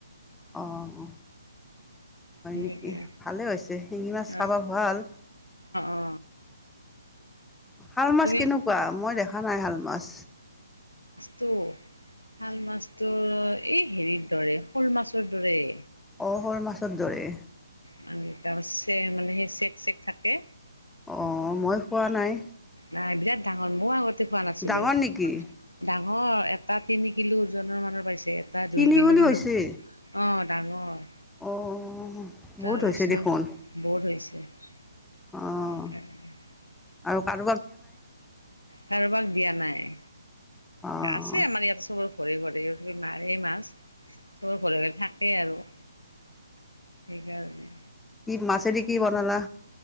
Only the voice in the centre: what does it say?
অ', অহ। হয়
নেকি, ভালে হৈছে! শিঙি মাছ খাব
ভাল।
শাল মাছ
কেনেকুৱা! মই দেখা নাই শাল মাছ।
অ', শ'ল মাছৰ দৰে।
অ', মই খোৱা নাই।
ডাঙৰ
নেকি
তিনি
বুলি
হৈছে
অঁ বহুত
হৈছে দেখোন
অঁ আৰু কাক
অঁ
কি মাছে দি কি বনালা?